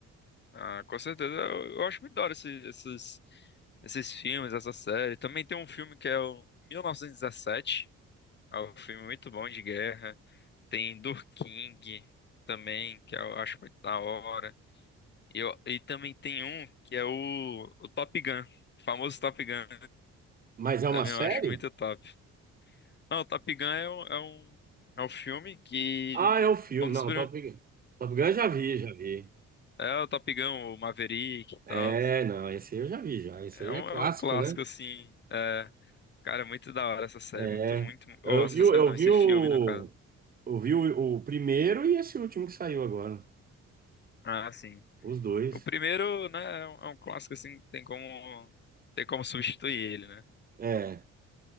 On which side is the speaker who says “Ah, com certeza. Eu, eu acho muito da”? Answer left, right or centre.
Left